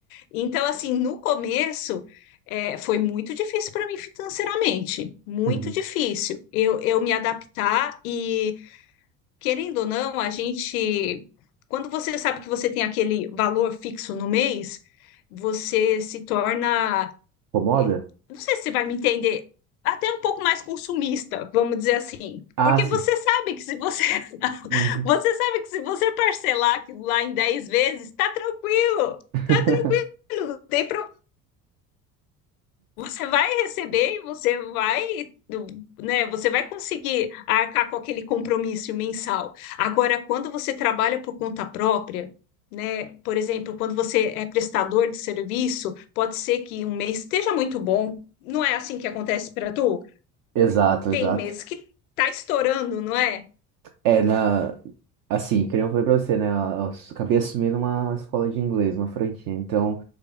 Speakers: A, on the left; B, on the right.
A: Então, assim, no começo, eh, foi muito difícil para mim financeiramente, muito
B: uhum,
A: difícil eu, eu me adaptar e querendo ou não, a gente, quando você sabe que você tem aquele valor fixo no mês, você se torna,
B: incomoda?
A: eh, não sei se você vai me entender, até um pouco mais consumista, vamos dizer assim.
B: Ah,
A: Porque
B: sim.
A: você sabe que se você, <laughs>
B: uhum.
A: você sabe que se você parcelar aquilo lá em 10 vezes, tá tranquilo,
B: <laughs>
A: tá tranquilo, não tem você vai receber e você vai, do- né, você vai conseguir arcar com aquele compromisso mensal. Agora, quando você trabalha por conta própria, né, por exemplo, quando você é prestador de serviço, pode ser que um mês esteja muito bom. Não é assim que acontece para tu?
B: Exato, exato.
A: Tem meses que tá estourando, não é?
B: É na, assim, que nem eu falei pra você, né? Eu acabei assumindo uma escola de inglês, uma franquia. Então,